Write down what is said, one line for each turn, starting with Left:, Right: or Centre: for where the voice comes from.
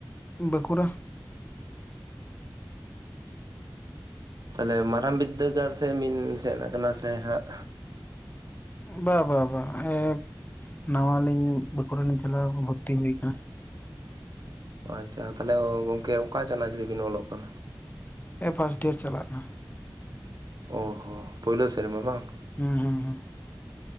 Left: ᱵᱟᱸᱠᱩᱲᱟ᱾
Right: ᱛᱟᱦᱞᱮ ᱢᱟᱨᱟᱝ ᱵᱤᱫᱽᱫᱟᱹᱜᱟᱲ ᱥᱮᱫ ᱵᱤᱱ ᱥᱮᱱ ᱠᱟᱱᱟ ᱥᱮ ᱦᱟᱸᱜ?
Left: ᱵᱟ ᱵᱟ ᱵᱟ᱾ ᱦᱮ ᱱᱟᱶᱟ ᱞᱤᱧ, ᱵᱟᱸᱠᱩᱲᱟ ᱞᱤᱧ ᱪᱟᱞᱟᱣ <unintelligible> ᱵᱷᱚᱨᱛᱤ ᱦᱩᱭ ᱟᱠᱟᱱᱟ᱾
Right: ᱟᱪᱪᱷᱟ, ᱛᱟᱦᱚᱞᱮ ᱜᱚᱝᱠᱮ ᱚᱠᱟ ᱪᱟᱱᱟᱪ ᱨᱮ ᱵᱤᱱ ᱚᱞᱚᱜ ᱠᱟᱱᱟ?
Left: ᱱᱮᱜ-ᱮ ᱯᱷᱟᱥᱴ ᱤᱭᱟᱨ ᱪᱟᱞᱟᱜ ᱠᱟᱱᱟ ᱾
Right: ᱚ ᱦᱚᱸ, ᱯᱳᱭᱞᱳ ᱥᱮᱨᱢᱟ ᱵᱟᱝ?
Left: ᱦᱮᱸ, ᱦᱩᱸ ᱦᱩᱸ ᱾